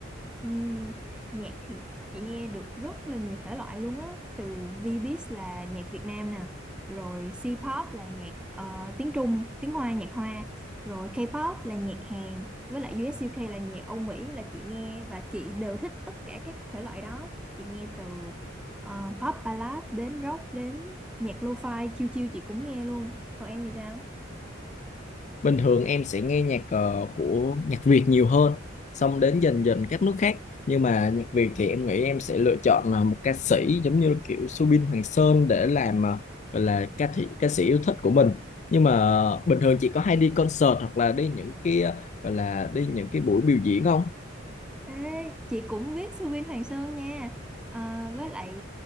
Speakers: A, in the centre; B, on the left.
A: Ừm, nhạc thì chị nghe được rất là nhiều thể loại luôn á từ Vbiz là nhạc Việt Nam nè rồi C-pop là nhạc ờ, tiếng Trung tiếng Hoa nhạc Hoa rồi K-pop là nhạc Hàn với lại US UK là nhạc Âu Mỹ là chị nghe và chị đều thích tất cả các thể loại đó chị nghe từ ờ, pop ballad đến rock đến nhạc lo-fi chill chill chị cũng nghe luôn còn em thì sao
B: bình thường em sẽ nghe nhạc ờ, của nhạc Việt nhiều hơn xong đến dần dần các nước khác nhưng mà nhạc Việt thì em nghĩ em sẽ lựa chọn là một ca sĩ giống như kiểu Subin Hoàng Sơn để làm ờ, gọi là ca thị, ca sĩ yêu thích của mình nhưng mà ờ, bình thường chị có hay đi concert hoặc là đi những cái ờ, gọi là đi những cái buổi biểu diễn không?
A: Ê, chị cũng biết Sư Vin Hoàng Sơn nha Ờ, với lại